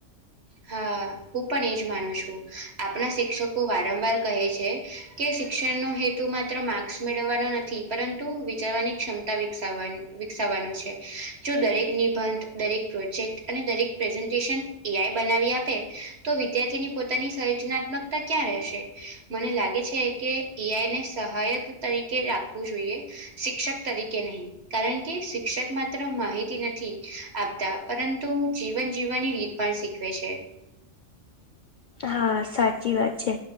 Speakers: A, on the right; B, on the left.
A: હા હું પણ એ જ માનું છું આપના શિક્ષકો વારંવાર કહે છે કે શિક્ષણનો હેતુ માત્ર માર્ક્સ મેળવવાનો નથી પરંતુ વિચારવાની ક્ષમતા વિકસાવવાન વિકસાવવાનો છે જો દરેક નિબંધ દરેક પ્રોજેક્ટ અને દરેક પ્રેઝન્ટેશન એ આઈ બનાવી આપે તો વિદ્યાર્થીની પોતાની સર્જનાત્મકતા ક્યાં રહેશે મને લાગે છે કે એ આઈને સહાયક તરીકે રાખવું જોઈએ શિક્ષક તરીકે નહીં કારણ કે શિક્ષક માત્ર માહિતી નથી આપતા પરંતુ જીવન જીવવાની રીત પણ શી વે છે.
B: હા, સાચી વાત છે